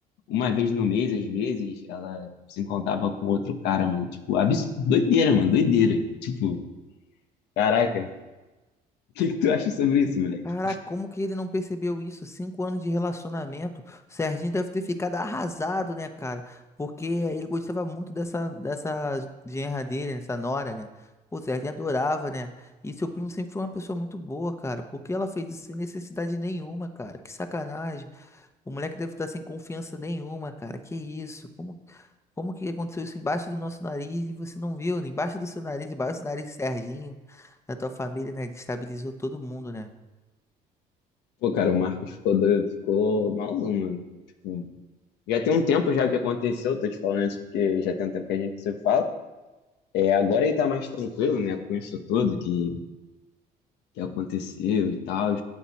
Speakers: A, on the left (about 85°); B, on the left (about 15°).
A: uma vez no mês, às vezes, ela se encontrava com outro cara, mano. Tipo, abs... doideira, mano, doideira. Tipo, caraca, o que
B: E como-
A: que tu acha sobre isso, moleque?
B: Caraca, como que ele não percebeu isso? Cinco anos de relacionamento. O Serginho deve ter ficado arrasado, né, cara? Porque ele gostava muito dessa, dessa genra dele, né, dessa nora, né? Pô, o Serginho adorava, né? E seu primo sempre foi uma pessoa muito boa, cara. Por que ela fez isso sem necessidade nenhuma, cara? Que sacanagem. O moleque deve estar sem confiança nenhuma, cara. Que isso? Como, como que aconteceu isso embaixo do nosso nariz e você não viu? né? Embaixo do seu nariz, embaixo do nariz do Serginho, da tua família, né? Destabilizou todo mundo, né?
A: Pô, cara, o Marcos ficou doido, ficou malzão, mano. Tipo, já tem um tempo já que aconteceu, tô te falando isso porque já tem um tempo que a gente se fala. É, agora ele tá mais tranquilo, né, com isso tudo que, que aconteceu e tal.